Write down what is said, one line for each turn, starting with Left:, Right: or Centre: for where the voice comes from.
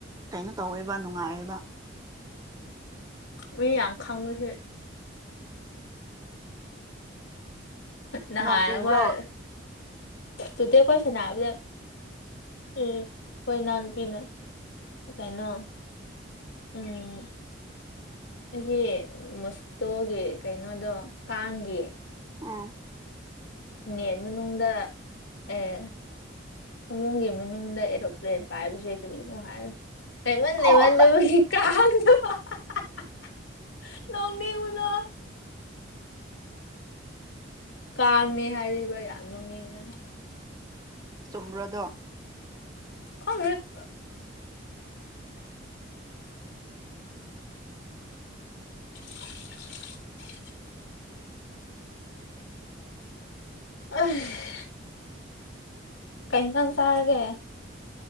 Right: ꯀꯩꯅꯣ ꯇꯧꯋꯦꯕ ꯅꯨꯡꯉꯥꯏꯑꯕ
Left: ꯔꯤ ꯌꯥꯝ ꯈꯪꯕꯁꯦ ꯅꯍꯥꯟꯈꯣꯏ
Right: ꯅꯣꯡ ꯆꯨꯕ꯭ꯔꯣ
Left: ꯇꯨꯗꯦ ꯑꯩꯈꯣꯏ ꯁꯥꯟꯅꯕꯗ ꯎꯝ ꯑꯩꯈꯣꯏ ꯏꯅꯥꯎꯄꯤꯅ ꯀꯩꯅꯣ ꯎꯝ ꯑꯩꯁꯤ ꯃꯣꯁꯇꯣꯒꯤ ꯀꯩꯅꯣꯗꯣ ꯀꯥꯡꯒꯤ
Right: ꯎꯝ
Left: ꯅꯦꯠ ꯃꯅꯨꯡꯗ ꯑꯦ ꯐꯃꯨꯡꯒꯤ ꯃꯅꯨꯡꯗ ꯑꯦꯔꯣꯄ꯭ꯂꯦꯟ ꯄꯥꯏꯕꯁꯦ ꯀꯔꯤꯅꯣ ꯍꯥꯏ <unintelligible>
Right: ꯑꯣ
Left: ꯅꯣꯛꯅꯤꯡꯕꯗꯣ ꯀꯥꯡꯅꯦ ꯍꯥꯏꯔꯤꯕ ꯌꯥꯝ ꯅꯣꯛꯅꯤꯡꯉꯦꯍꯦ
Right: ꯆꯨꯝꯕ꯭ꯔꯥꯗꯣ
Left: ꯈꯪꯗꯦꯗꯥ <unintelligible> ꯑꯩ ꯀꯩ ꯏꯟꯖꯥꯡ ꯆꯔꯒꯦ